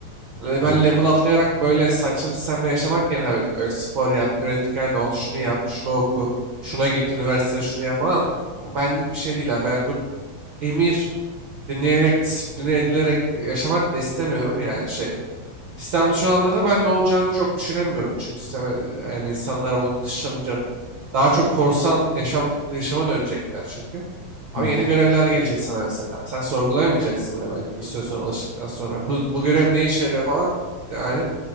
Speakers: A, on the right; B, on the left.
A: Yani Ben
B: Hı hı.
A: level atlayarak böyle saçma sistemde yaşamak yerine abi böyle spor yap, üretken ol, şunu yap, şunu oku, şuna git, üniversitede şunu yap falan. Bu Benlik bir şey değil abi. Ben full emir dinleyerek, disipline edilerek e, yaşamak da istemiyorum yani şey. Sistem dışı olanlara ben ne olacağını çok düşünemiyorum. Çünkü sistem, yani insanlar bunu dışlanınca daha çok korsan yaşam, yaşama dönecekler çünkü. Ama
B: Hı hı.
A: yeni görevler gelecek sana mesela. Sen sorgulayamayacaksın bile belki bir süre sonra alıştıktan sonra. Bu, bu görev ne işe yarıyor falan. Yani